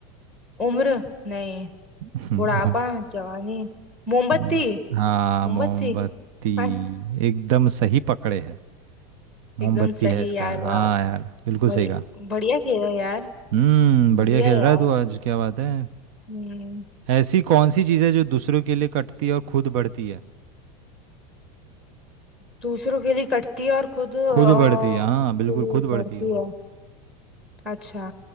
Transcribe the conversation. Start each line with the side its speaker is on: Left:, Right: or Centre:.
Centre: उम्र नहीं
Right: हम्म,
Centre: बुढ़ापा
Right: हाँ
Centre: जवानी मोमबत्ती
Right: हम्म, हाँ,
Centre: मोमबत्ती
Right: मोमबत्ती
Centre: <laughs>
Right: एकदम सही पकड़े है मोमबत्ती
Centre: एकदम सही
Right: है इसका
Centre: यार वाह
Right: हाँ यार बिल्कुल
Centre: बढ़िया
Right: सही कहा
Centre: बढ़िया खेला यार
Right: हम्म बढ़िया
Centre: बढ़िया
Right: खेल रहा
Centre: यार
Right: है तू आज क्या बात है
Centre: हम्म,
Right: ऐसी कौन सी चीज़ है जो दूसरों के लिए कटती है और खुद बढ़ती है
Centre: दूसरों के लिए कटती है और खुद अ,
Right: खुद बढ़ती है हाँ बिल्कुल
Centre: के लिए
Right: खुद बढ़ती
Centre: बढ़ती
Right: है वो
Centre: है अच्छा